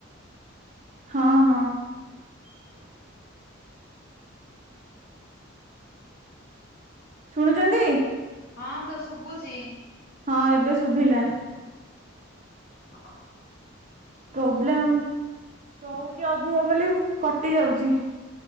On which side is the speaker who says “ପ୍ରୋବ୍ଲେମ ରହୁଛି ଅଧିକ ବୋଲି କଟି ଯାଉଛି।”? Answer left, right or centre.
Right